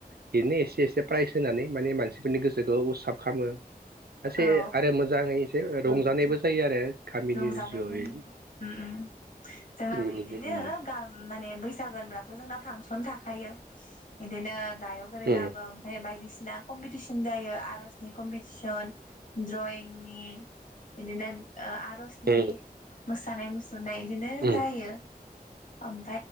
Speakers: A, on the right (about 80°); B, on the left (about 55°).
A: बेनो एसे एसे प्राइज होनानै माने मानसिफोरनि गोसोखौ उत्साब खामो एसे
B: औ
A: आरो मोजाङै एसे रंजानायबो जायो आरो गामिनि
B: रंजानाय
A: जयै
B: जायो उम उम जोंनाबो
A: उम
B: इदिनो
A: उम
B: गा माने बैसागो होनब्लाथ' जोंना फांसन थाखायो इदिनो गायक ओरै
A: उम
B: लाबो ओमफ्राय बायदिसि- ना कम्पिटिसन जायो आर'जनि कम्पिटिसन द्रइिं- नि बिदिनो ओ आरजनि
A: उम
B: मोसानाय मुस- सुरनाय इदिनो
A: उम
B: जायो ओम